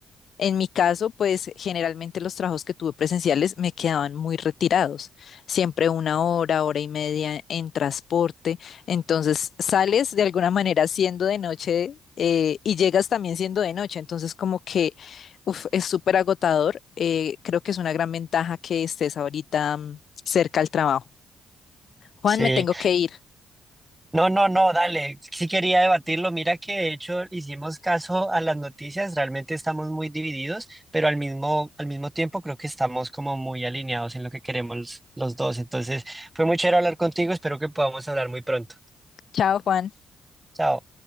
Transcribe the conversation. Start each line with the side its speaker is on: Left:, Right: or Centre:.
Left: En mi caso, pues generalmente los trabajos que tuve presenciales me quedaban muy retirados, siempre una hora, hora y media en transporte, entonces sales de alguna manera siendo de noche eh, y llegas también siendo de noche, entonces como que uf, es súper agotador, eh, creo que es una gran ventaja que estés ahorita mm, cerca al trabajo. Juan,
Right: Sí,
Left: me tengo que ir.
Right: no, no, no, dale, sí quería debatirlo. Mira que de hecho hicimos caso a las noticias, realmente estamos muy divididos, pero al mismo, al mismo tiempo creo que estamos como muy alineados en lo que queremos los dos. Entonces, fue muy chévere hablar contigo, espero que podamos hablar muy pronto.
Left: Chao, Juan.
Right: Chao.